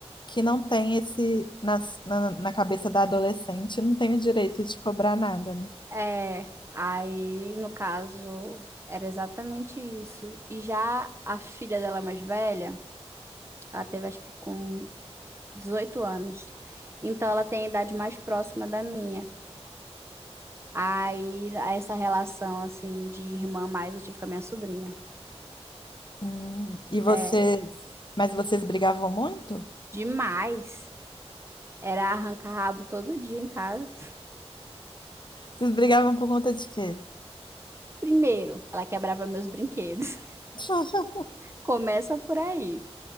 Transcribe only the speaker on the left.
que não tem esse, na, na, na cabeça da adolescente, não tem o direito de cobrar nada, né?
Hum, e vocês,
mas vocês brigavam muito?
Vocês brigavam por conta de quê?
<laughs>